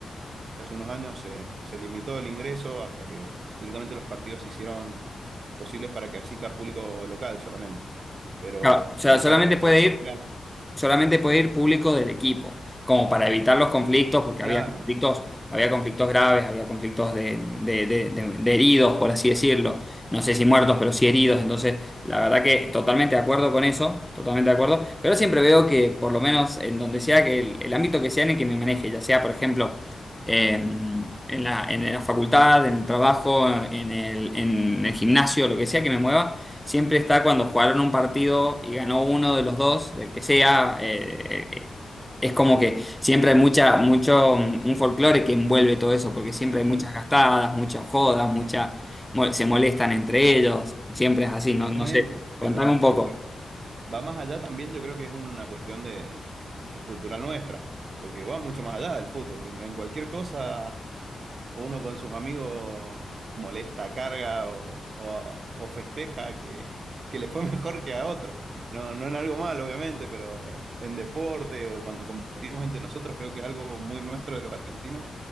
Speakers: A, on the right (about 55°); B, in the centre.
A: de hace unos años se, se limitó el ingreso hasta que directamente los partidos se hicieron posibles para que asista público local solamente. Pero
B: Claro, o sea,
A: en esa
B: solamente
A: época
B: puede
A: yo creo
B: ir.
A: que era
B: solamente puede ir público del equipo, como para evitar los conflictos, porque
A: claro,
B: había conflictos, había conflictos graves, había conflictos de, de- de- de- de heridos, por así decirlo. No sé si muertos, pero sí heridos. Entonces, la verdad que totalmente de acuerdo con eso, totalmente de acuerdo. Pero siempre veo que, por lo menos en donde sea, que el, el ámbito que sea en el que me maneje, ya sea, por ejemplo, en, en la, en la facultad, en el trabajo, en el, en el gimnasio, lo que sea que me mueva Siempre está cuando jugaron un partido y ganó uno de los dos, del que sea. eh, eh, es como que siempre hay mucha, mucho, mm, un folclore que envuelve todo eso, porque siempre hay
A: sí,
B: muchas gastadas, muchas jodas, mucha, mo- se molestan entre ellos. Siempre es así,
A: totalmente.
B: no, no sé. Contame
A: Pero,
B: un poco.
A: pero va más allá también, yo creo que es una cuestión de, de cultural nuestra, porque va mucho más allá del fútbol. En, en cualquier cosa, uno con sus amigos molesta, carga o, o- o festeja que, que le fue <laughs> mejor que a otro. No, no en algo malo, obviamente, pero en deporte o cuando competimos entre nosotros, creo que es algo muy nuestro de los argentinos,